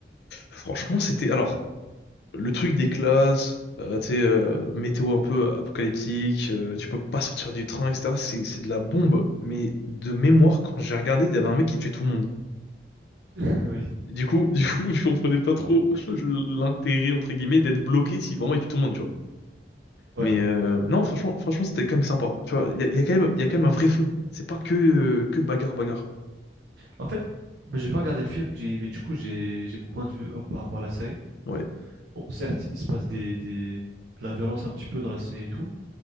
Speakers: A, on the left (about 65°); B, on the right (about 80°).
A: franchement, c'était... Alors, le truc des classes, euh, tu sais, euh, météo un peu apocalyptique, euh, tu peux pas sortir du train, etc. C'est, c'est de la bombe. Mais de mémoire, quand j'ai regardé, il y avait un mec qui tuait tout le monde.
B: <laughs> Oui.
A: Du coup, du coup, <laughs> je comprenais pas trop <laughs> l'intérêt, entre guillemets, d'être bloqué si vraiment il tue tout le monde,
B: Ouais.
A: Mais euh, non, franchement, franchement, c'était quand même sympa. Tu vois, il y a, il y a quand même, il y a quand même un vrai fond. C'est pas que, euh, que bagarre, bagarre.
B: En fait, bah, j'ai pas regardé le film, j'ai- mais du coup, j'ai j'ai mon point de vue euh, par rapport à la série.
A: Ouais,
B: Bon, certes, il se passe des, des, de la violence un petit peu dans la série et tout,